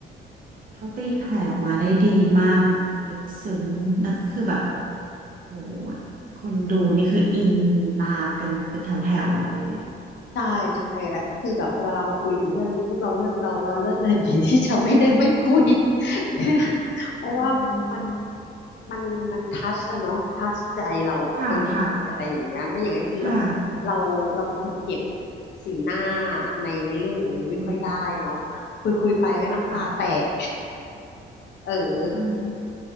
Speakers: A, on the right (about 45°); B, on the left (about 65°).
A: เขาตีแผ่ออกมาได้ดีมากแบบลึกซึ้งแล้วก็คือแบบโหคนดูนี่คืออินตามกันเป็นแถวๆเลย
B: ใช่ใช่แต่ก็คือแบบพอเวลามาคุยถึงเรื่องนี้ปุ๊บเราเลิกเราเราเลิกเดินดีที่จะไม่ได้ไม่คุย <laughs>
A: อื
B: เพราะว่ามัน
A: ม
B: มันมันทัชอะเนาะทัชใจเราไปเลยอะไรอย่างเงี้ยไม่อย่างนั้นคือแบบเราเราเป็นคนเก็บ
A: ค่ะค่ะค่ะ
B: สีหน้าในในเรื่องอย่างนี้ไม่ค่อยได้เนาะ
A: อืม
B: คุยคุยไปแม่งน้ำตาแตก
A: ค่ะ
B: <laughs> เออ
A: อื